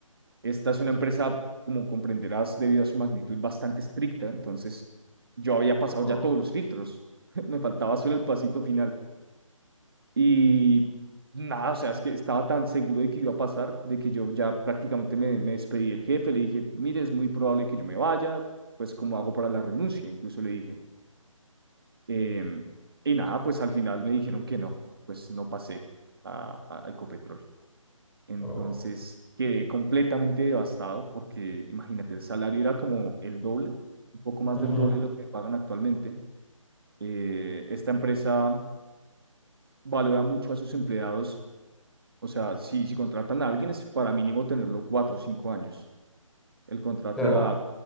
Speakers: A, on the right; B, in the centre.
A: Esta es una empresa, como comprenderás, debido a su magnitud bastante estricta, entonces yo había pasado
B: Ah,
A: ya todos los filtros, <laughs> me faltaba solo el pasito final. Y nada, o sea, es que estaba tan seguro de que iba a pasar, de que yo ya prácticamente me, me despedí del jefe, le dije, mire, es muy probable que yo me vaya, pues cómo hago para la renuncia, incluso le dije. Em, y nada, pues al final me dijeron que no, pues no pasé a, a a Ecopetrol. Entonces
B: oh,
A: quedé completamente devastado porque imagínate, el salario era como el doble, un poco más
B: ujú,
A: del doble de lo que me pagan actualmente. Eh, esta empresa valora mucho a sus empleados, o sea, si, si contratan a alguien es para mínimo tenerlo cuatro o cinco años. El contrato
B: Claro.
A: era a